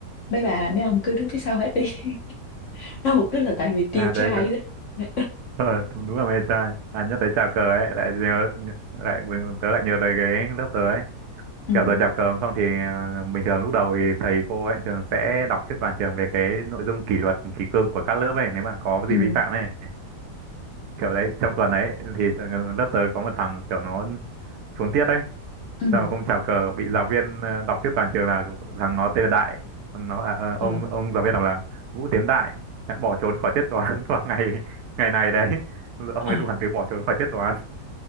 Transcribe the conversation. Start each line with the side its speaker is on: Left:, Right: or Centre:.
Left: mấy bà mấy ông cứ đứng phía sau hết đi <laughs> đó mục đích là tại vì tia
Right: à đấy
Left: chai đó
Right: Ờ, đúng là mê trai à nhắc tới chào cờ ấy lại nhớ lại tớ lại nhớ tới cái lớp tớ ấy
Left: <laughs> ừ
Right: kiểu giờ chào cờ không thì ờ, bình thường lúc đầu thì thầy cô ấy thường sẽ đọc trước toàn trường về cái nội dung kỷ luật kỷ cương của các lớp ấy nếu mà có
Left: ừ
Right: gì vi phạm ấy kiểu đấy trong tuần ấy thì ờ, lớp tớ có một thằng kiểu nó trốn tiết ấy
Left: ừ
Right: Sao không chào cờ bị giáo viên ờ, đọc trước toàn trường là thằng nó tên là Đại nó bảo là ờ,
Left: ờ
Right: ông ông giáo viên đọc là Vũ Tiến Đại đã bỏ trốn khỏi tiết toán <laughs> vào ngày ngày này đấy ông
Left: ờ
Right: ấy dùng hẳn từ bỏ trốn khỏi tiết toán